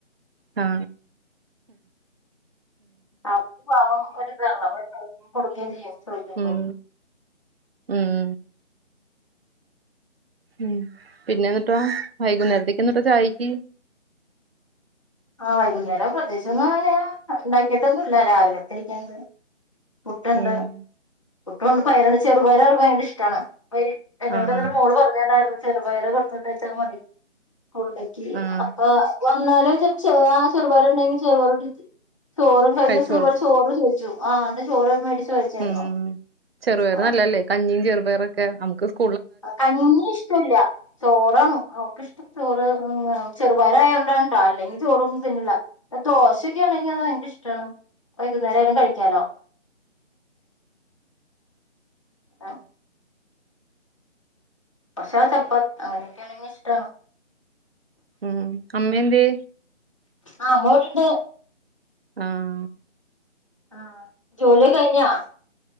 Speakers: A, on the right; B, on the left.
A: ആ
B: ആ പാവം ഒരിതാണ കൊടുക്കുകയും ചെയ്യും ചോയ്ച്ചപ്പോ
A: ഉം ഉം ഉം പിന്നെ ന്നിട്ടോ വൈകുന്നേരത്തിക്ക്ന്ന്ട്ട് ചായക്ക്
B: ആ വൈകുന്നേരം പ്രത്യേ <unintelligible> <unintelligible> പുട്ടുണ്ട്
A: ഉം
B: <unintelligible> ചെറുപയർ അവർക്ക് ഭയങ്കര ഇഷ്ടമാണ് വ എന്നോട്
A: ആഹ്
B: ഇന്നലെ
A: ആഹ്
B: മോള് പറഞ്ണ്ടായിരുന്നു ചെറുപയറ് കൊടുത്തട്ട്ച്ചാൽ മതി ലേക്ക്
A: ആഹ്
B: അപ്പൊ വന്നാലും ചോ ചെറുപാറ ണ്ടെങ്കിൽ ചെറുപാറണ്ടെങ്കി <unintelligible>
A: കഴിച്ചോളും
B: ചോ ആ അന്റെ ചോറ് മേടിച്ച് കഴിച്ചായിരുന്നു
A: ഉം ചെറുപയർ
B: ആ
A: നല്ലല്ലേ കഞ്ഞിയും ചെറു റൊക്കെ നമുക്ക് സ്
B: കഞ്ഞി ഇഷ്ടല്ല ചോറാണ് അവക്ക് ഇഷ്ട ചോറ് ഉ ചെറുപയറായതോണ്ടാ ട്ടോ അല്ലെങ്കിൽ ചോറൊന്നും തിന്നില്ല ദോശൊക്കെ ആണെങ്കി അത് ഭയങ്കര ഇഷ്ടാണ് വൈകുന്നേരം ആയാലും കഴിക്കാലോ ആ പക്ഷെ ചപ്പാത്ത് അങ്ങനെയൊക്കൊണെങ്കി ട്ടണം
A: ഉം അമ്മന്തേ
B: ആ മോളിണ്ട്
A: ആഹ
B: ആഹ ജോല കഴാ